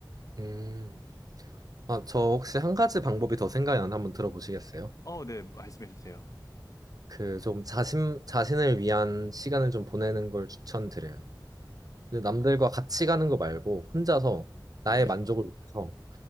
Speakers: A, on the right (about 50°); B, on the left (about 45°).
A: 음. 아, 저 혹시 한 가지 방법이 더 생각이 나는데 한번 들어보시겠어요?
B: 어, 네, 말씀해 주세요.
A: 그 좀 자신, 자신을 위한 시간을 좀 보내는 걸 추천드려요. 근데 남들과 같이 가는 거 말고 혼자서 나의
B: 네,
A: 만족을 위해서